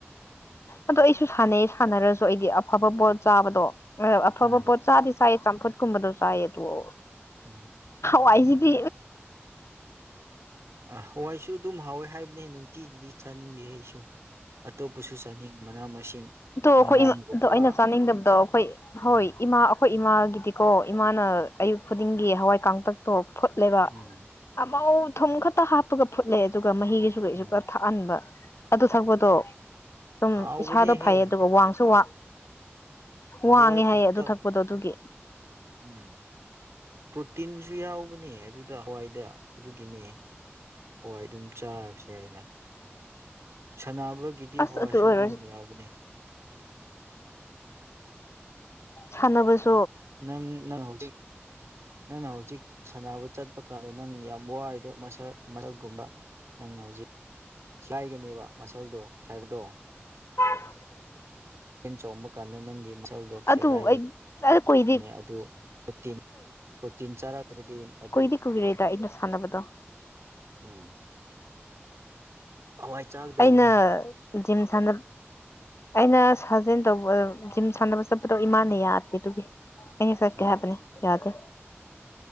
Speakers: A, on the left (about 75°); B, on the right (about 90°).
A: ꯑꯗꯣ ꯑꯩꯁꯨ ꯁꯥꯟꯅꯩ ꯁꯥꯟꯅꯔꯁꯨ ꯑꯩꯗꯤ ꯑꯐꯕ ꯄꯣꯠ ꯆꯥꯕꯗꯣ ꯑꯐꯕ
B: ꯎꯝ
A: ꯄꯣꯠ ꯆꯥꯗꯤ ꯆꯥꯏ ꯆꯝꯐꯨꯠꯀꯨꯝꯕꯗꯣ ꯆꯥꯏꯌꯦ ꯑꯗꯨꯣ
B: ꯎꯝ <inaudible>
A: ꯋꯥꯏꯁꯤꯗꯤ
B: ꯑ ꯍꯋꯥꯏꯁꯨ ꯑꯗꯨꯝ ꯍꯥꯎꯋꯦ ꯍꯥꯏꯕꯅꯦ ꯅꯨꯡꯇꯤꯒꯤꯗꯤ ꯆꯥꯅꯤꯡꯗꯦ ꯑꯩꯁꯨ ꯑꯇꯣꯞꯄꯁꯨ ꯆꯥꯅꯤꯡ ꯃꯅꯥ ꯃꯁꯤꯡ
A: ꯑꯣ
B: ꯍꯪꯒꯥꯝꯒꯨꯝꯕ
A: ꯑꯩꯈꯣꯏ ꯏꯃꯥ ꯑꯗ ꯑꯩꯅ ꯆꯥꯅꯤꯡꯗꯕꯗꯣ ꯑꯩꯈꯣꯏ ꯍꯣꯏ
B: ꯎꯝ
A: ꯏꯃꯥ ꯑꯩꯈꯣꯏ ꯏꯃꯥꯒꯤꯗꯤꯀꯣ ꯏꯃꯥꯅ ꯑꯌꯨꯛ ꯈꯨꯗꯤꯡꯒꯤ ꯍꯋꯥꯏ ꯀꯥꯡꯇꯛꯇꯣ ꯐꯨꯠꯂꯦꯕ
B: ꯎꯝ
A: ꯃꯥꯧ ꯊꯨꯝ ꯈꯛꯇ ꯍꯥꯞꯄꯒ ꯐꯨꯠꯂꯦ ꯑꯗꯨꯒ ꯃꯍꯤꯒꯤꯁꯨ ꯀꯩꯁꯨ
B: ꯎꯝ
A: ꯈ ꯊꯥꯛꯍꯟꯕ ꯑꯗꯨ ꯊꯛꯄꯗꯣ ꯁꯨꯝ
B: ꯍꯥꯎꯕꯅꯦꯍꯦ
A: ꯏꯁꯥꯗ ꯐꯩ ꯑꯗꯨꯒ ꯋꯥꯡꯁꯨ ꯋꯥ
B: ꯍꯋꯥꯏ
A: ꯋꯥꯡꯉꯦ
B: ꯀꯪꯇꯛ
A: ꯍꯥꯏꯌꯦ ꯑꯗꯨ ꯊꯛꯄꯗꯣ ꯑꯗꯨꯒꯤ
B: ꯎꯝ ꯄ꯭ꯔꯣꯇꯤꯟꯁꯨ ꯌꯥꯎꯕꯅꯦ ꯑꯗꯨꯗ ꯍꯋꯥꯏꯗ ꯑꯗꯨꯒꯤꯅꯦ ꯍꯣꯏ ꯑꯗꯨꯝ ꯆꯥꯔꯁꯦ ꯑꯩꯅ ꯁꯥꯟꯅꯕꯒꯤꯗꯤ
A: ꯑꯁ
B: ꯍꯋꯥꯏꯁꯨ
A: ꯑꯗꯨ ꯑꯣꯏꯔꯁꯨ
B: ꯑꯗꯨꯨꯝꯕ ꯌꯥꯕꯅꯦ
A: ꯁꯥꯟꯅꯕꯁ
B: ꯅꯪ ꯅꯪ ꯍꯧꯖꯤꯛ ꯅꯪꯅ ꯍꯧꯖꯤꯛ ꯁꯥꯟꯅꯕ ꯆꯠꯄ ꯀꯥꯟꯗ ꯅꯪ ꯌꯥꯝ ꯋꯥꯔꯤ ꯑꯗꯣ ꯃꯁ ꯃꯁꯜꯒꯨꯝꯕ ꯅꯪꯅ ꯍꯧꯖꯤꯛ ꯁꯥꯏꯒꯅꯦꯕ ꯃꯁꯜꯗꯨꯣ ꯐꯥꯏꯕꯗꯣ
A: ꯑ <unintelligible> <inaudible>
B: ꯍꯦꯟ ꯆꯣꯡꯕ ꯀꯥꯟꯗ ꯅꯪꯒꯤ ꯃꯁꯜꯗꯣ
A: ꯑꯗꯨ
B: ꯁꯦꯒꯥꯏꯒꯅꯤ
A: ꯑꯩ ꯑꯩ ꯀꯣꯏꯗꯤ
B: ꯑꯗꯨ ꯄ꯭ꯔꯣꯇꯤꯟ ꯄ꯭ꯔꯣꯇꯤꯟ ꯆꯥꯔꯛꯇ꯭ꯔꯗꯤ ꯑꯗꯨ
A: ꯀꯣꯏꯗꯤ ꯀꯣꯏ ꯔꯦꯗ ꯏꯟꯅ ꯁꯥꯟꯗꯕꯗ
B: ꯎꯝ <inaudible> ꯆꯥꯒꯗꯧꯕꯅꯦ
A: ꯑꯩꯅ ꯖꯤꯝ ꯁꯥꯟꯅꯕ ꯑꯩꯅ ꯁꯥꯖꯦꯜ ꯇꯧꯕ ꯖꯤꯝ ꯁꯥꯟꯅꯕ ꯆꯠꯄꯗꯣ ꯏꯃꯥꯅ ꯌꯥꯦ ꯇꯨꯒꯤ ꯑꯩꯅ ꯁ
B: ꯎꯝ
A: ꯀꯌꯥꯅꯦ ꯌꯥꯗꯦ